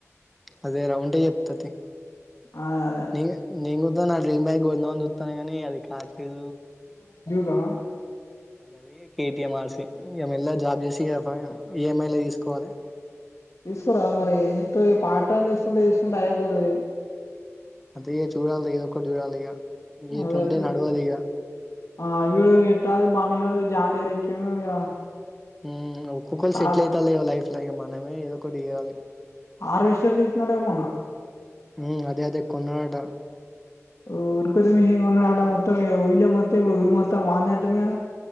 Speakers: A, in the centre; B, on the left.
A: అదే రా ఉంటే చెప్త తి
B: అదే అదే
A: నింగ్ నీ గుంద న దేగ్ బాన్ గోన్ ఫోన్ జుత్తానే గానీ అది ఆటు
B: గా
A: ఆది కేటిఎం ఆర్ సి ఇగ మెల్ల గా జాబ్ చేసి ఈఎంఐ లే తీసుకోవాలె
B: తీసుకోర మరి ఏం జెత్తవ్ ఇగ పార్ట్ టైమ్ చూసుకుంటే చూసుకుంటే అయేపోతది
A: అదే చూడాలి రా ఏదొ ఒకటి చూడాలిగ గీట్లుంటే
B: అదే
A: నడువదు ఇగా
B: ఆ వీడు ఇట్టాగు బన్నీగాడు జానీ రిచ్చిండు ఇగ
A: హు ఒకొక్కలు
B: టార్
A: సెటిల్ అయ్యితలే లైఫ్ లో ఇగ మనమే ఏదో ఒకటి చేయాలె
B: ఆర్వెస్టర్ తీసిందంటగా మొన్న
A: ఉ అదే అదే కొన్నాడట
B: ఓ ఉరుకుదు మిషన్ కొన్నాడట మొత్తం విల్లే మొత్తం ఇప్పుడుఊరు మొత్తం వాందే అంటగా